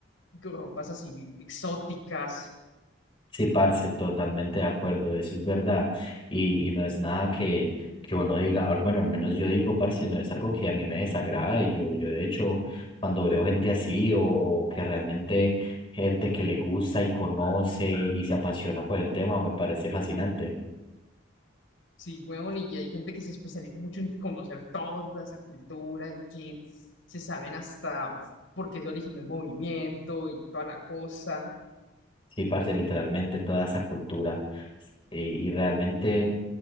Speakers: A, on the left; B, on the left.
A: y con ropas así exóticas.
B: Sí, parce, totalmente de acuerdo, eso es verdad. Y, y no es nada que, que uno diga, al- bueno, al menos yo digo, parce, no es algo que a mí me desagrade. Yo, yo de hecho, cuando veo gente así o, o que realmente gente que le gusta y conoce y se apasiona por el tema, me parece fascinante.
A: Sí, weón, y hay gente que se especializa mucho en conocer toda esa cultura y que se saben hasta por qué se originó el movimiento y toda la cosa.
B: Sí, parce, literalmente toda esa cultura eh, y realmente